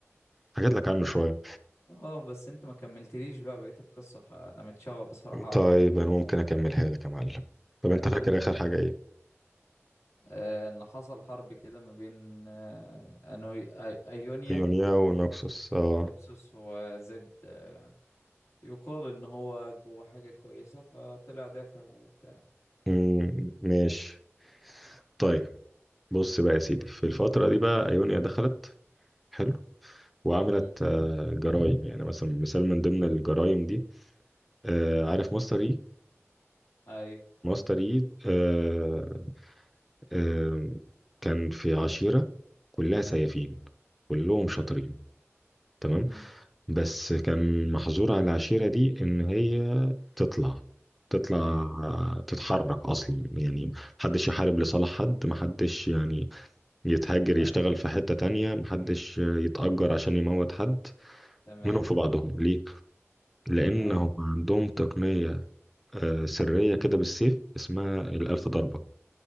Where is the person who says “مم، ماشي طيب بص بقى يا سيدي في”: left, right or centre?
Centre